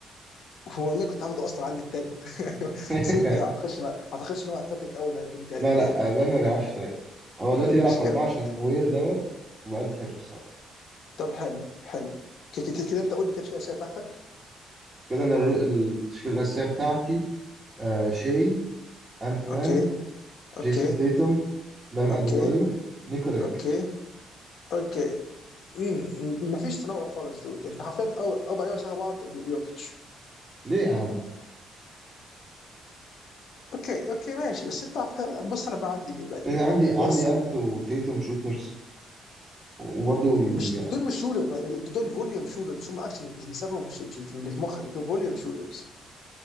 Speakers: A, on the left; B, on the right.
A: والله كنت هاخده اصلا عندي التالت <laughs>
B: <laughs>
A: بس قلت لا هتخش ما هتخش ان هو اتلتيك قوي انه يكون تالت
B: لا لا
A: يعني
B: بام ما بيلعبش ثلاثة هو دلوقتي
A: أمم،
B: بيلعب
A: عشان
B: في أربعة
A: كده قلت
B: عشان وير دوت وبيأدي حلو الصراحة
A: طب حلو حلو ك- ك- ك- كده انت قول لي كده الاسئله بتاعتك
B: كده أنا الرو- التشكيلة الأساسية بتاعتي آه شاي أنت مان
A: اوكي اوكي
B: جيسون تيتم بام أديبايو
A: اوكي
B: نيكولا يوكيتش
A: اوكي اوكي امم مفيش تنوع خالص دود انت حرفيا أر- اربع لعيبه شبه بعض ويو- ويوكيتش
B: ليه يا عم؟
A: اوكي اوكي ماشي بس انت عارف- بص انا بقى عندي مين بقى دود
B: لأن عندي عندي
A: بص
B: أنت وتيتم شوترز وبرضه بي-
A: مش دول مش شوترز دول فوليوم شوترز بس هم اكشن اللي سافهم مش مش اللي في مخك دول فوليوم شوترز